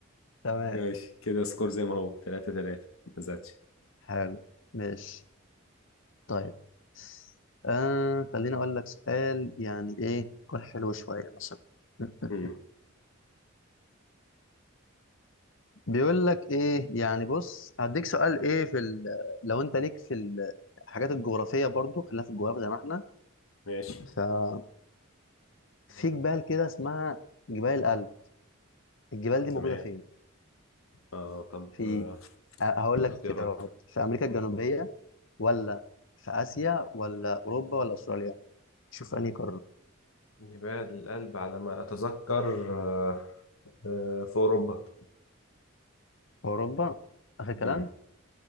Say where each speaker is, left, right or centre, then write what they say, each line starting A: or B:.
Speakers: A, on the left; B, on the left.
A: تمام
B: ماشي كده سكور زي ما هو تلاتة تلاتة ما زادش
A: حلو ماشي طيب آه خليني اقول لك سؤال يعني ايه يكون حلو شوية مثلا <laughs>
B: مم.
A: بيقول لك ايه يعني بص هديك سؤال ايه في ال... لو انت ليك في ال- الحاجات الجغرافية برضو خلينا في الجغرافيا زي ما احنا
B: ماشي
A: ففي جبال كده اسمها جبال الألب الجبال دي
B: تمام
A: موجودة فين؟
B: آه طب
A: في
B: آه
A: أ- هقول
B: الاختيارات
A: لك اختيارات في امريكا
B: مم.
A: الجنوبيه ولا في اسيا ولا اوروبا ولا استراليا شوف انهي قاره
B: جبال الألب على ما أتذكر آه، آه، في أوروبا
A: في اوروبا اخر كلام
B: مم.